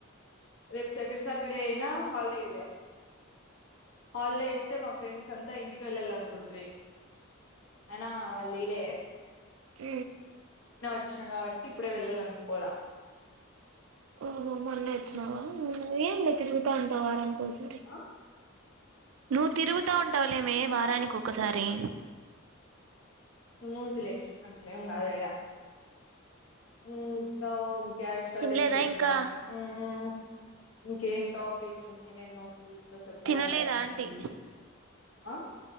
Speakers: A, on the left (about 65°); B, on the right (about 75°).
A: రేప్ సెకండ్ సాటర్డే ఐన హాలిడే ఇలే హాలిడే ఇస్తే మా ఫ్రెండ్స్ అంతా ఇంటికి వెళ్ళాల అనుకుంట్రి ఐన వాళ్ళీలే
B: ఊ
A: వచ్చిన కాబట్టి ఇప్పుడే వెళ్ళాల అనుకోల
B: ఓహో మొన్నే ఓచ్చినావ ఏం లే తిరుగు త ఉంటావ్ వారానికొసరి
A: ఆ
B: నువ్వు తిరుగుతా ఉంటావులే వార రానికి ఒకసారి
A: మూతిలే అట్లేం కాదేడా ఇంకా గ్యాస్ షార్టేజ్
B: తినలేదా
A: చెప్పినా
B: ఇంకా
A: మ్ ఇంకేం టాపిక్ ఉంది నేను నీతో చెప్పాలనుకుంది
B: తినలేదా ఆంటీ
A: ఆ